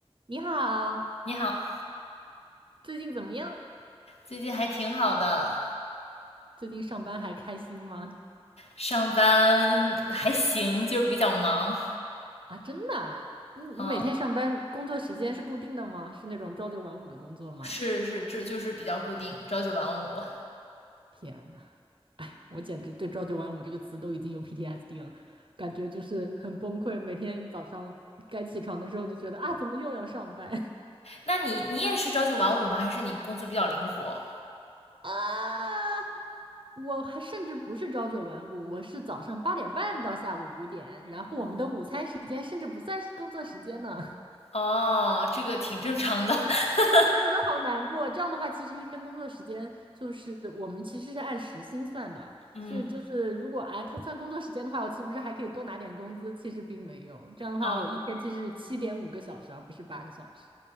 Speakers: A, on the right; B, on the left.
A: 你好，
B: 你好，
A: 最近怎么样？
B: 最近还挺好的，
A: 最近上班还开心吗？
B: 上班还行，就是比较忙。
A: 啊，真的啊？嗯，
B: 嗯，
A: 你每天上嗯班工作时间是固定的吗？是那种朝九晚五的工作吗？
B: 是是，这就是比较固定，朝九晚五。
A: 天呐，哎呀我简直对“朝九晚五”这个词都已经有 PTSD 了，感觉就是很崩溃。每天早上该起床的时候就觉得啊，怎么又要上班
B: 那你你也是朝九晚五吗？还是你工作比较灵活？
A: <laughs> 啊？我还甚至不是朝九晚五，我是早上八点半到下午五点，然后我们的午餐时间甚至不算是工作时间呢。
B: 嗯哦，这个挺正常的。<laughs>
A: 我觉得好难过。这样的话，其实一天工作时间就是我们其实是按时薪算的，
B: 嗯
A: 所以就是如果哎他算工作时间的话，我岂不是还可以多拿点工资？其实并没有。这样的话，
B: 啊，
A: 我一天其实是七点五个小时啊，而不是八个小时。